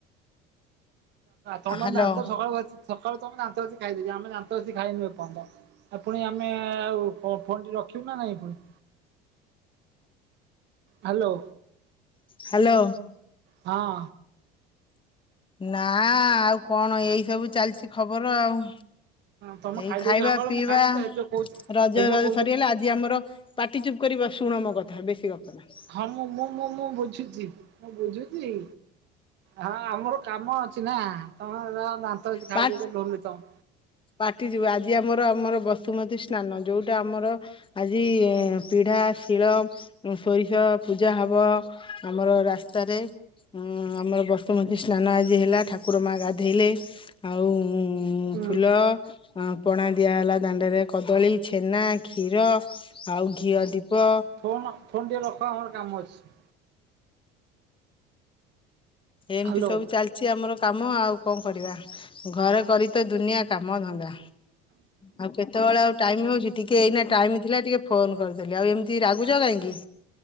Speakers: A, on the right (about 60°); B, on the left (about 25°).
A: ତମେ
B: ହ୍ୟାଲୋ।
A: ଦାନ୍ତ ସକାଳୁ ଘସି ସକାଳୁ ତମେ ଦାନ୍ତ ଘସି ଖାଇଦେଇଛ ଆମେ ଦାନ୍ତ ଘସି ଖାଇନୁ ଏ ପର୍ଯ୍ୟନ୍ତ ପୁଣି ଆମେ ଆଉ ଫୋନଟି ରଖିବୁ ନା ନାହିଁ ପୁଣି। ହାଲୋ।
B: ହେଲୋ।
A: ହଁ।
B: ନା ଆଉ କଣ ଏଇସବୁ ଚାଲିଛି ଖବର ଆଉ।
A: ତମେ
B: ଏଇ
A: ଖାଇଦେଇଛ
B: ଖାଇବା
A: ସକାଳୁ
B: ପିଇବା
A: ମୁଁ ଖାଇନି ତ ହେଇ ଯୋଉ କହୁଛି
B: ରଜବାଜ
A: ହେଇ ଯୋଉ କହୁଥିଲି
B: ସରିଗଲା ଆଜି ଆମର ପାଟିଚୁପ୍ କରିବା ଶୁଣ ମୋ କଥା ବେଶୀ ଗପ ନା।
A: ହଁ ମୁଁ ମୁଁ ମୁଁ ମୁଁ ବୁଝୁଛି ମୁଁ ବୁଝୁଛି। ହଁ ଆମର କାମ ଅଛି ନା ତମେ ତ ଦାନ୍ତ ଘସି ଖାଇଦେଇଛ
B: ପା
A: ଢୋଲ ତମ
B: ପାଟି ଯିବୁ ଆଜି ଆମର ଆମର ବସୁମତୀ ସ୍ନାନ ଯୋଉଟା ଆମର ଆଜି ପିଢା ଶିଳ ସରିଷ ପୂଜା ହବ ଆମର ରାସ୍ତାରେ ହୁଁ ଆମର ବସୁମତୀ ସ୍ନାନ ଆଜି ହେଲା ଠାକୁର ମା ଗାଧୋଇଲେ ଆଉ
A: ତମେ।
B: ଫୁଲ ପଣା ଦିଆହେଲା ଦାଣ୍ଡରେ କଦଳୀ ଛେନା କ୍ଷୀର। ଆଉ ଘିଅ ଦୀପ।
A: ଫୋନ୍ ଫୋନ ଟିକେ ରଖ ଆମର କାମ ଅଛି।
B: ଏମିତି
A: ହ୍ୟାଲୋ
B: ସବୁ ଚାଲିଚ ଅଛି ଆମର କାମ ଆଉ କଣ କରିବା ଘରେ କରି ତ ଦୁନିଆ କାମ ଧନ୍ଦା। ଆଉ କେତେବେଳେ ଆଉ ଟାଇମ ହୋଉଚି ଟିକେ ଏଇନା ଟାଇମ ଥିଲା ଟିକେ ଫୋନ କରିଦେଲି ଆଉ ଏମିତି ରାଗୁଛ କାହିଁକି।